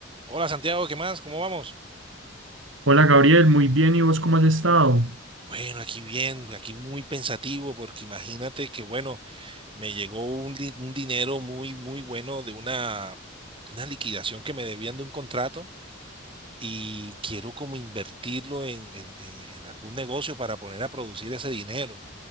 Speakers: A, on the right; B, on the right.
A: Hola Santiago, ¿qué más? ¿Cómo vamos?
B: Hola Gabriel, muy bien, ¿y vos cómo has estado?
A: Bueno, aquí bien, aquí muy pensativo, porque imagínate que, bueno, me llegó un, di- un dinero muy, muy bueno de una, de una liquidación que me debían de un contrato y quiero como invertirlo en, en- en- en algún negocio para poner a producir ese dinero.